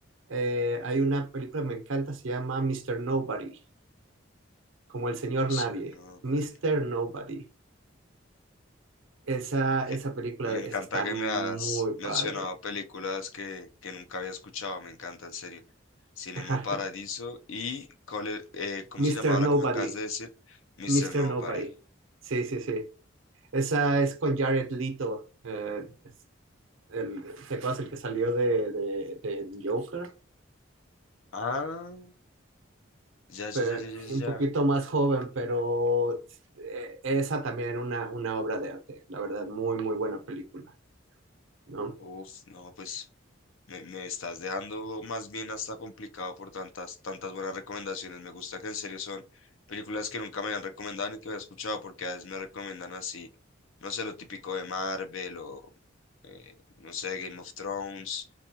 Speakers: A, on the right; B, on the left.
A: eh, hay una película que me encanta, se llama Mr. Nobody. como el señor
B: Mr.
A: nadie,
B: Nobody.
A: Mister Nobody. Esa,
B: que-
A: esa película
B: me
A: esa
B: encanta
A: está
B: que
A: muy
B: me has mencionado
A: padre.
B: películas que, que nunca había escuchado, me encanta, en serio. Cinema
A: <laughs>
B: Paradiso y, cole- eh, ¿cómo
A: Mister
B: se llamaba
A: Nobody,
B: la que me acabas de decir? Mister
A: Mister
B: Nobody.
A: Nobody. Sí, sí, sí. Esa es con Jared Leto. eh, es el, ¿te acuerdas el que salió de, de, del Joker?
B: Ah, ya, ya,
A: Pero
B: ya, ya, ya,
A: un
B: ya.
A: poquito más joven, pero eh, esa también una, una obra de arte. La verdad, muy, muy buena película, ¿no?
B: Uf, no, pues me, me estás dejando más bien hasta complicado por tantas, tantas buenas recomendaciones. Me gusta que en serio son películas que nunca me habían recomendado ni que había escuchado, porque a veces me recomiendan así, no sé, lo típico de Marvel o eh, no sé, Game of Thrones,